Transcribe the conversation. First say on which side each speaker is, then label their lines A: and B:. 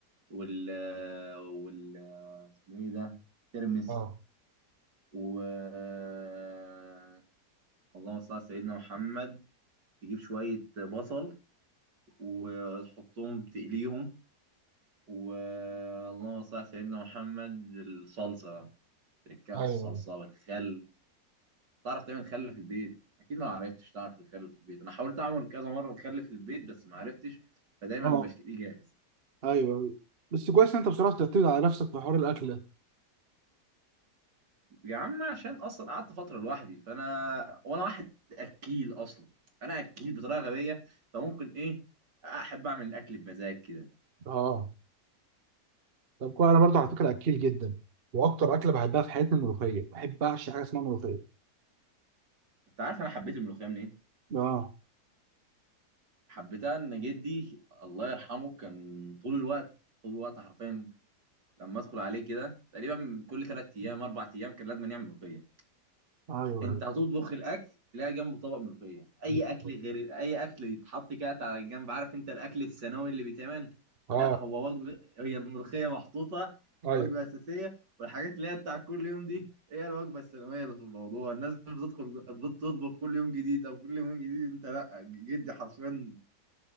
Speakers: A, on the right; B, on the right.
A: وال آه، وال آه، اسمه ايه ده ترمس
B: اه
A: و آه، اللهم صل على سيدنا محمد تجيب شويه بصل وتحطهم تقليهم واللهم صل على سيدنا محمد الصلصه بقى تركها في
B: ايوه
A: الصلصه والخل تعرف تعمل خل في البيت اكيد ما عرفتش تعرف الخل في البيت انا حاولت اعمل كذا مره الخل في البيت بس ما عرفتش فدايما
B: اه
A: بشتريه جاهز
B: ايوه ايوه بس كويس ان انت بصراحه بتعتمد على نفسك في حوار الاكل ده
A: يا عم عشان اصلا قعدت فتره لوحدي فانا وانا واحد اكيل اصلا انا اكيل بطريقه غبيه فممكن ايه احب اعمل الاكل بمزاج كده
B: اه طب كويس انا برضو على فكره اكيل جدا واكتر اكله بحبها في حياتي الملوخيه بحب اعشي حاجه اسمها ملوخيه
A: انت عارف انا حبيت الملوخيه منين
B: اه
A: حبيتها ان جدي الله يرحمه كان طول الوقت طول الوقت حرفيا لما ادخل عليه كده تقريبا كل ثلاث ايام اربع ايام كان لازم يعمل ملوخيه
B: ايوه
A: انت هتطبخ الاكل تلاقي جنبه طبق ملوخيه اي
B: ايوه
A: اكل غير اي اكل يتحط كده على الجنب عارف انت الاكل الثانوي اللي بيتعمل
B: اه
A: لا هو وجبه هي الملوخيه محطوطه
B: ايوه
A: كوجبه اساسيه والحاجات اللي هي بتاع كل يوم دي هي الوجبه الثانويه اللي في الموضوع الناس بتدخل بتطبخ كل يوم جديد او كل يوم جديد انت لا جدي حرفيا